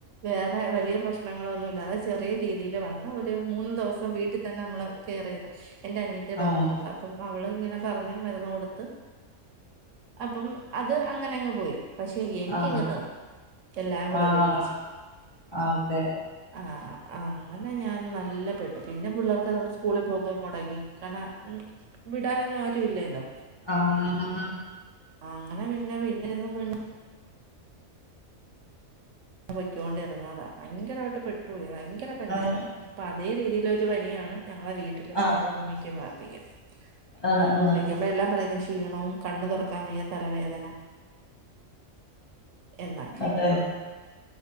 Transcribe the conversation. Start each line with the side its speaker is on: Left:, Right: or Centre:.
Right: വേറെ വലിയ പ്രശ്നങ്ങളൊന്നു ഇല്ലാതെ ചെറിയ രീതിയില് വന്ന് ഒരു മൂന്നു ദെവസം വീട്ടി തന്നെ നമ്മള്കേറിയത് എൻ്റെ അനിയത്തി ഡോക്ടർ
Left: ആഹ്
Right: അപ്പം അവള് ഇങ്ങനെ പറഞ്ഞ് മരുന്ന് കൊടുത്ത് അപ്പം അത് അങ്ങനെ അങ്ങ് പോയി പക്ഷെ എനിക്കിങ്ങെ
Left: ആഹ്
Right: ത എല്ലാം കൂടെ
Left: ആഹ്
Right: ഒരുമിച്ച്
Left: അതെ
Right: ആഹ് ആങ്ങനെ ഞാൻ നല്ല പെട്ട് പിൻ പിന്നെ പിള്ളേർക്ക് അതൊണ്ട് സ്കൂളി പോകു മൊടങ്ങി കണ ഉം വിടാനൊന്നും ആരു ഇല്ലല്ലോ
Left: ആഹ്
Right: അങ്ങനെ പിന്ന പിന്നെ ഇതും കൊ പൊയ്ക്കോണ്ടിരുന്നതാ ഭയങ്കരമായിട്ട് പെട്ടോയി ഭയങ്കര പനിയാരുന്നു
Left: ഏഹ്
Right: ഇപ്പ അതേ രീതിയിലൊരു പനിയാണ് ഞങ്ങളെ വീട്ടിലും
Left: ആഹ്
Right: അവിടെ ഉള്ളിക്കും വാപ്പിക്കാം
Left: ആഹ്
Right: അവ്ട
Left: ആഹ്
Right: വിളിക്കുമ്പോ എല്ലാം പറയുന്നത് ക്ഷീണവും കണ്ണു തുറക്കാൻ വയ്യ തലവേദന എന്നൊക്ക
Left: അതെ